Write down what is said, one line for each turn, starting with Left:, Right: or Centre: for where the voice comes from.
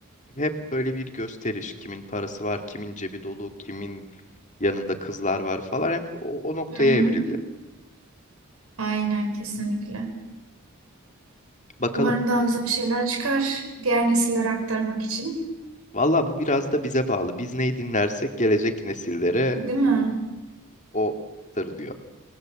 Left: hep böyle bir gösteriş. Kimin parası var, kimin cebi dolu, kimin yanında kızlar var falan hep o, o noktaya
Right: Hı hı.
Left: evrildi.
Right: Aynen kesinlikle.
Left: Bakalım.
Right: Umarım daha güzel şeyler çıkar diğer nesillere aktarmak için.
Left: Valla bu biraz da bize bağlı. Biz neyi dinlersek gelecek nesillere
Right: Değil mi?
Left: O sarılıyor.